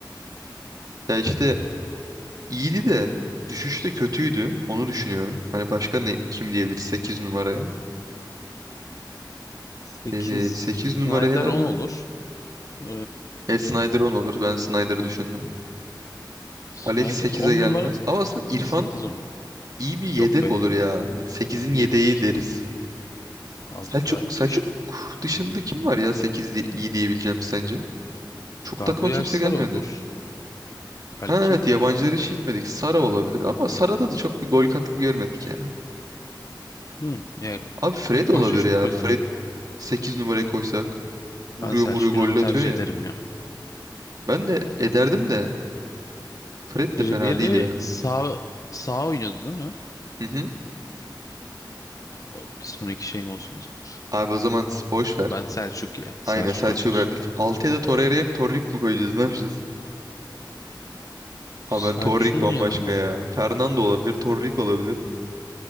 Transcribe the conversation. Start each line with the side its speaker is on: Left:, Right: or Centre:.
Right: Ya işte iyiydi de düşüşte de kötüydü. Onu düşünüyorum. Hani başka ne kim diyebilir 8 numaraya?
Left: 8.
Right: Ee, 8 numaraya
Left: Snyder 10 olur. Ee,
Right: e, Snyder 10 olur. Ben Snyder'ı düşündüm.
Left: Snyder
Right: Alex sekize
Left: 10
Right: gelmez.
Left: numara
Right: Ama aslında İrfan
Left: 8 10.
Right: iyi bir yedek
Left: Yok be.
Right: olur ya. Yani sekizin
Left: Yedek.
Right: yedeği deriz.
Left: Abi,
Right: Selçuk,
Left: da-
Right: Selçuk
Left: şu-
Right: dışında kim var ya Sekiz diye iyi diyebileceğim sence? Çok
Left: Gabriel
Right: takıma kimse
Left: Sara
Right: gelmedi.
Left: olur
Right: Ha
Left: belki.
Right: evet yabancıları hiç gitmedik. Sara olabilir ama Sara'da da çok bir gol katkı görmedik ya.
Left: Hı, yani
Right: Abi Fred
Left: ilk
Right: olabilir
Left: başta çok
Right: ya.
Left: kaliteli.
Right: Fred 8 numaraya koysak vuruyor
Left: Ben Selçuk
Right: vuruyor golle
Left: Yunan'ı tercih
Right: atıyor ya.
Left: ederim ya.
Right: Ben de ederdim de Fred de
Left: Ribery
Right: fena değil ya.
Left: sağ sağ oynuyordu değil mi?
Right: Hı hı.
Left: O, bir sonraki şeyim olsun o zaman.
Right: Abi o zaman boş ver.
Left: Ben Selçuk ya. Selçuk
Right: Aynen Selçuk'u
Left: Akar.
Right: verdik. Altıya da Torreira'ya Torrik mi koyacağız ne yapacağız? Abi
Left: Selçuk'un
Right: ben Torrik bambaşka
Left: yanına.
Right: ya. Fernando olabilir, Torrik olabilir.